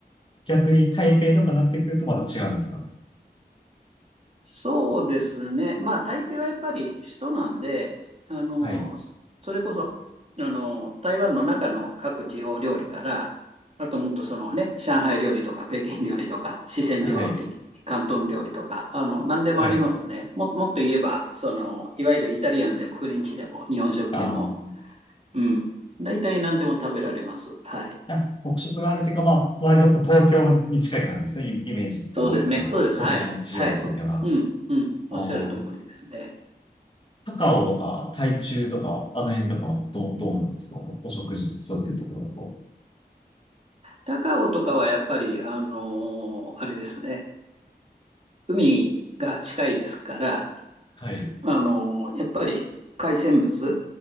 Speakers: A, on the left; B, on the right.
A: 逆に台北とかになってくるとまた違うんですか
B: そうですね。まあ、台北はやっぱり首都なんで、あの、
A: はい。
B: それこそ、あの、台湾の中の各地方料理から、あともっとそのね、上海料理とか、北京料理とか、四川料理、
A: はい。
B: 広東料理とか、あの、何でもありますね。
A: はい。
B: も、もっと言えば、その、いわゆるイタリアンでもフレンチでも日本食でも、
A: あー、
B: うん、大体何でも食べられます。はい。
A: あ、北食があるというか、まあ、割とこう東京に近い感じですね。イイメージだったら、
B: そうですね。
A: じゃあ、
B: そうです。
A: 食事事情については。
B: はい。はい。おうん、うん。おっしゃる通りですね。
A: あー、高雄とか、台中とか、あの辺とかはど、どうなんですかお食事、そういうところだと。
B: 高尾とかはやっぱり、あのーあれですね、海が近いですから、
A: はい。
B: あのーやっぱり海鮮物